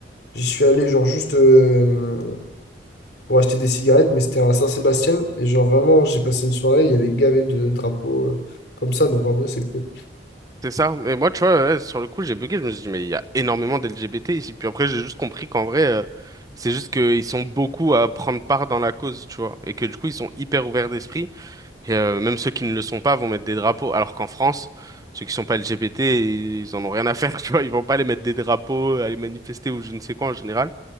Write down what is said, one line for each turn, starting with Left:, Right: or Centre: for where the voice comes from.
Left: j'y suis allé, genre, juste. euh, pour acheter des cigarettes, mais c'était à Saint-Sébastien. Et genre, vraiment, j'ai passé une soirée, il y avait gavé de drapeaux euh, comme ça. Donc, en vrai, c'est cool.
Right: C'est ça. Mais moi, tu vois, ouais, sur le coup, j'ai bugué. Je me suis dit, mais il y a énormément d'LGBT ici. Puis après, j'ai juste compris qu'en vrai, euh, c'est juste qu'ils sont beaucoup à prendre part dans la cause, tu vois. Et que du coup, ils sont hyper ouverts d'esprit. Et, euh, même ceux qui ne le sont pas vont mettre des drapeaux. Alors qu'en France, ceux qui sont pas LGBT, ils en ont rien à faire, <laughs> tu vois. Ils vont pas aller mettre des drapeaux, aller manifester ou je ne sais quoi en général.